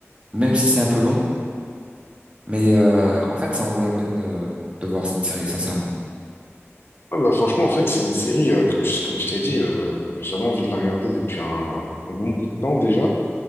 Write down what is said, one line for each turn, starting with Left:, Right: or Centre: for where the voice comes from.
Right: Même si c'est un peu long. Mais euh, en fait, ça en vaut la peine de, de voir cette série, sincèrement.
Left: Ouais, bah, franchement, en fait, c'est une série, euh, comme je, comme je t'ai dit, euh, j'avais envie de la regarder depuis un, un bon bout de temps déjà.